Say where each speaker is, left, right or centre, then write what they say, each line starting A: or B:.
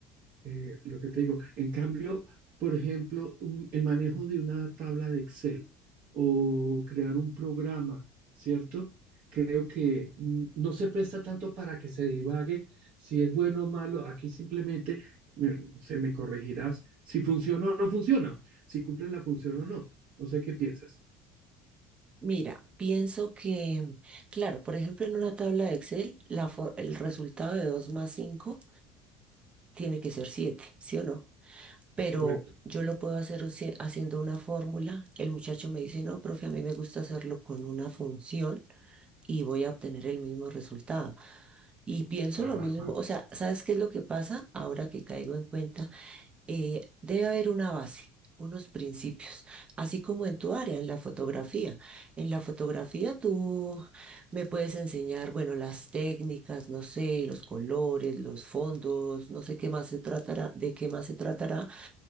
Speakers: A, on the right; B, on the right.
A: eh, lo que te digo. En cambio, por ejemplo, un- el manejo de una tabla de Excel o crear un programa, ¿cierto? Creo que mm, no se presta tanto para que se divague si es bueno o malo. Aquí simplemente mm, se me corregirás si funciona o no funciona, si cumple la función o no. No sé qué piensas.
B: Mira, pienso que, claro, por ejemplo, en una tabla de Excel, la for- el resultado de 2 más 5 tiene que ser 7, ¿sí o no? pero
A: Correcto.
B: yo lo puedo hacer usi- haciendo una fórmula. El muchacho me dice, no, profe, a mí me gusta hacerlo con una función y voy a obtener el mismo resultado. Y pienso
A: Ajá.
B: lo mismo, o sea, ¿sabes qué es lo que pasa? Ahora que caigo en cuenta, eh, debe haber una base, unos principios, así como en tu área, en la fotografía. En la fotografía tú me puedes enseñar, bueno, las técnicas, no sé, los colores, los fondos, no sé qué más se tratará, de qué más se tratará,